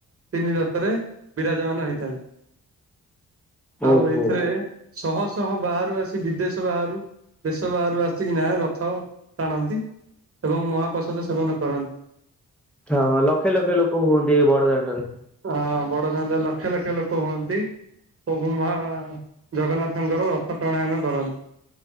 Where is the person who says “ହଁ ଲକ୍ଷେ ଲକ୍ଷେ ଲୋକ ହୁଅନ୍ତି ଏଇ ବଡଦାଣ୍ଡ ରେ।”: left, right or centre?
Centre